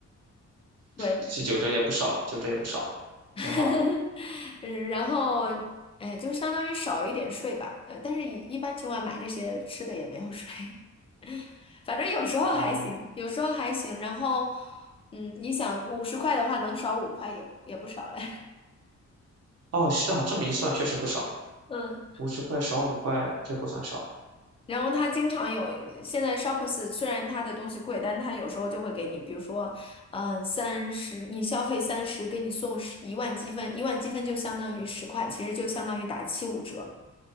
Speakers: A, on the left; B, on the right.
A: 对，
B: 这九折也不少了，九折也不少了，
A: <laughs>
B: 挺好的。
A: 嗯，然后哎就相当于少一点税吧，呃，但是一一般情况买这些吃的也没有税，<laughs> 反正有时候还行，
B: 哦
A: 有时候还行，然后嗯，你想五十块的话能少五块也也不少嘞，
B: 哦，是啊，这么一算确实不少，
A: <laughs> 嗯。
B: 五十块少五块，这不算少。
A: 然后他经常有，现在 Shops p e r 虽然他的东西贵，但他有时候就会给你，比如说，嗯，三十，你消费三十，给你送十一万积分，一万积分就相当于十块，其实就相当于打七五折，